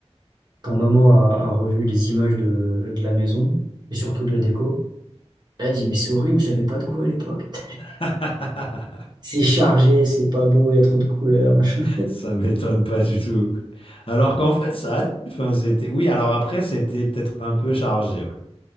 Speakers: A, on the right (about 40°); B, on the left (about 55°).
A: quand maman a, a revu les images de, de la maison, et surtout de la déco, Elle a dit, mais c'est horrible, j'avais pas de goût à l'époque. <laughs>
B: <laughs>
A: C'est chargé, c'est pas beau, il y a trop de couleurs. machin.
B: Ça m'étonne pas du tout. Alors qu'en fait, ça, allait. enfin, c'était, oui, alors après, c'était peut-être un peu chargé, ouais.